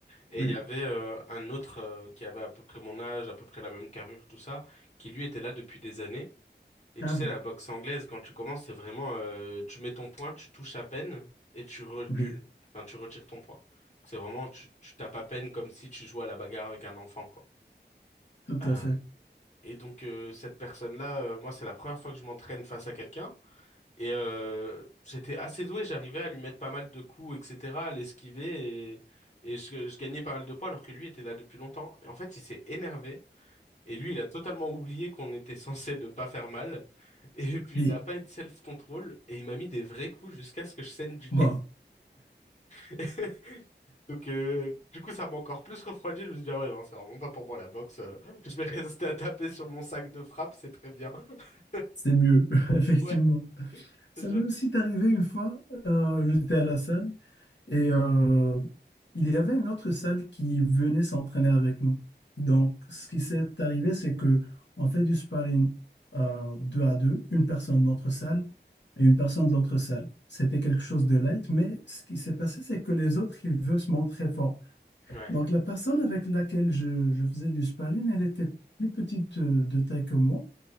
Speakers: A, on the left; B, on the left.
A: et
B: Oui.
A: il y avait euh, un autre euh, qui avait à peu près mon âge à peu près la même carrure tout ça qui lui était là depuis des années et
B: Ah
A: tu sais
B: oui.
A: la boxe anglaise quand tu commences c'est vraiment euh, tu mets ton poing tu touches à peine et tu recules
B: Oui,
A: enfin tu retires ton poing c'est vraiment tu tu tapes à peine comme si tu jouais à la bagarre avec un enfant quoi
B: tout
A: Euh,
B: à fait.
A: et donc euh, cette personne-là, euh, moi c'est la première fois que je m'entraîne face à quelqu'un. Et euh, j'étais assez doué, j'arrivais à lui mettre pas mal de coups, etc., à l'esquiver. Et, et je, je gagnais pas mal de points alors que lui était là depuis longtemps. Et en fait il s'est énervé. Et lui il a totalement oublié qu'on était <laughs> censé ne pas faire mal. Et puis
B: Oui.
A: il a pas eu de self-control. Et il m'a mis des vrais coups jusqu'à ce que je saigne du nez.
B: Waouh.
A: <laughs> Donc euh, du coup ça m'a encore plus refroidi. Je me suis dit ah ouais non c'est vraiment pas pour moi la boxe. Euh, Je vais <laughs> rester à taper sur mon sac de frappe, c'est très bien. <laughs>
B: C'est mieux, <laughs> effectivement.
A: Ouais. je
B: Ça
A: te
B: m'est
A: jure.
B: aussi arrivé une fois, euh, j'étais à la salle et euh, il y avait une autre salle qui venait s'entraîner avec nous. Donc, ce qui s'est arrivé, c'est que on fait du sparring euh, deux à deux, une personne de notre salle et une personne de l'autre salle. C'était quelque chose de light, mais ce qui s'est passé, c'est que les autres, ils veulent se montrer forts.
A: Ouais.
B: Donc, la personne avec laquelle je, je faisais du sparring, elle était plus petite euh, de taille que moi.